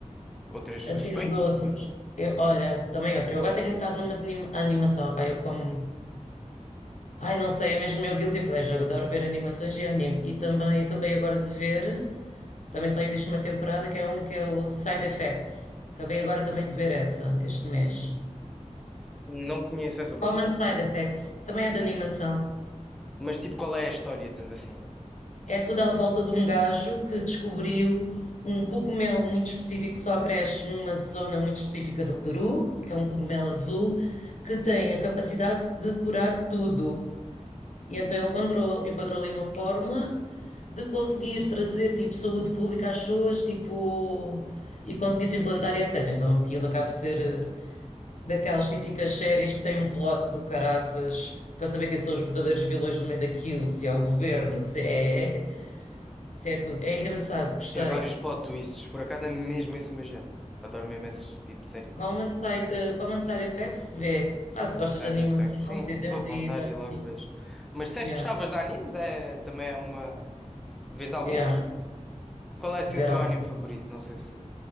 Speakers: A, in the centre; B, on the left.
A: outras sugestões?
B: Assim dos outros. Eu, olha, também outro. Eu agora tenho estado numa de anima- animação. Ah, pá, eu como. Ai, não sei, é mesmo o meu guilty pleasure. Eu adoro ver animações e anime. E também acabei agora de ver. Também só existe uma temporada que é um que é o Side Effects. Acabei agora também de ver essa este mês.
A: Não conheço, é sobre
B: Common
A: o quê?
B: Side Effects também é de animação.
A: Mas tipo, qual é a história, dizendo assim?
B: É tudo à volta de um gajo que descobriu um cogumelo muito específico que só cresce numa zona muito específica do Peru, que é um cogumelo azul, que tem a capacidade de curar tudo. E então ele encontrou, encontrou ali uma fórmula de conseguir trazer tipo saúde pública às pessoas, tipo e conseguir se implantar e etc. Então aquilo acaba por ser eh, daquelas típicas séries que têm um plot do caraças para saber quem são os verdadeiros vilões no meio daquilo, se é o governo, se é, <laughs> se é tudo. É engraçado, gostei.
A: Tem vários plot twists, por acaso é mesmo esse o meu género. Adoro mesmo esses tipo de séries
B: Common
A: assim.
B: Side, eh, Common Side Effects, vê. Pá, se
A: Side
B: gostas de animação,
A: Effect, sim,
B: por exemplo,
A: vou apontar
B: e dar
A: e logo
B: assim.
A: vejo. Mas se és
B: Yeah,
A: que gostavas de animes, é também é uma. Vês alguns?
B: yeah,
A: Qual é assim
B: ver
A: o teu
B: algo.
A: anime favorito? Não sei se.